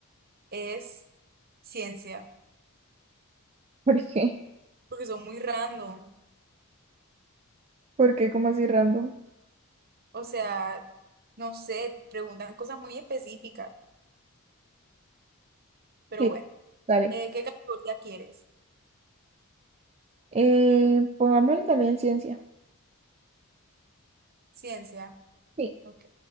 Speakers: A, on the right; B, on the right.
A: es ciencia,
B: <laughs> ¿por qué?
A: porque son muy random.
B: ¿Por qué? ¿Cómo así random?
A: O sea, no sé, preguntan cosas muy específicas. Pero
B: Sí,
A: bueno,
B: dale.
A: eh, ¿qué categoría quieres?
B: Eh, pongámosle también ciencia.
A: Ciencia.
B: Sí,
A: Ok.